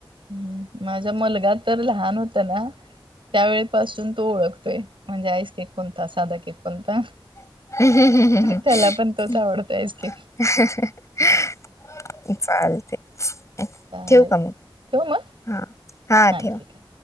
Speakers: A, on the right; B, on the left.
A: ह् माझ्या मुलगा तर लहान होत ना, त्यावेळीपासून तो ओळखतोय म्हणजे आईस केक कोणता साधा केक कोणता.
B: ह्
A: त्याला
B: ह्
A: पण तोच आवडतो आईस केक
B: ह. चालतंय.
A: चालेल
B: ठेव का मग
A: ठेव मग
B: हा हा ठेवा.
A: ठीक आहे